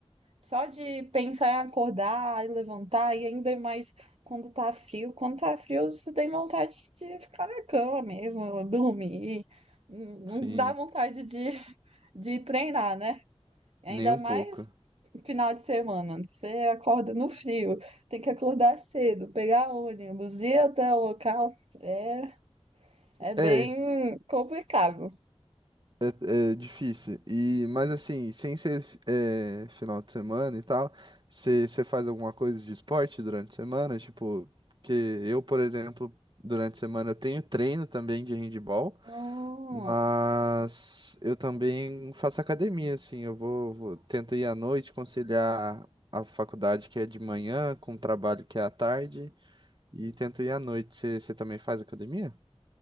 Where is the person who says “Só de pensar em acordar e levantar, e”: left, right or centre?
Right